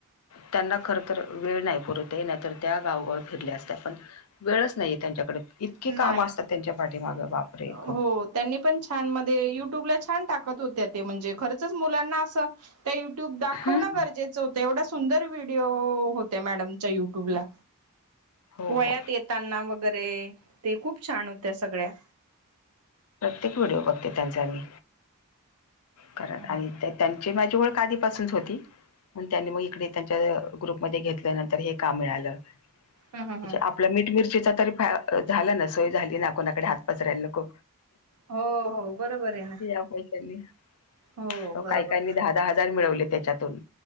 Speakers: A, on the left (about 75°); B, on the right (about 85°).
A: त्यांना खर तर वेळ नाही पुरे नाहीतर त्या गावगाव फिरल्या असत. पण वेळच नाहीये त्यांच्याकडे इतके
B: नाही.
A: काम असतात. त्यांच्या पाठीमागं वापरे
B: हो
A: खूप
B: त्यांनी पण छान मध्ये युट्यूबला छान टाकत. होत्या ते म्हणजे खरचच मुलांना असं! त्या युट्यूब दाखवणं
A: हम्म
B: गरजेचं होतं. एवढा सुंदर व्हिडिओ होत्या मॅडमच्या युट्यूबला
A: हो
B: वयात
A: हो
B: येताना वगैरे, ते खूप छान होत्या सगळ्या
A: प्रत्येक व्हिडिओ बघते, त्यांचा मी कारण
B: हम्म
A: आणि त्यात त्यांची माझी ओळख आधी पासून च होती. म त्यांनी मग इकडे त्यांच्या ग्रुपमध्येध्ये घेतलं, त्यानंतर हे काम मिळालं.
B: हम्म
A: म्हणजे
B: हम्म
A: आपल्या मीठ- मिरची तरी फाय सोय झाली ना. कोणाकडे हात पसरायला नकॊ.
B: हो हो बरोबर आहे ना.
A: या पैशानी,
B: हो
A: अहो
B: बरोबर
A: काय -काय नी दहा दहा हजार मिळवले त्याच्यातून